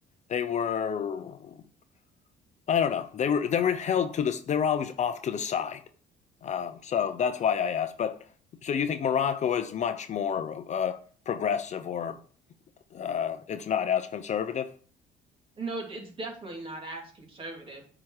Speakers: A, on the left (about 45°); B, on the right (about 30°).
A: They were, I don't know, they were they were held to this. They were always off to the side. Um, so that's why I asked. But so you think Morocco is much more uh, progressive or uh, it's not as conservative.
B: No, it's definitely not as conservative.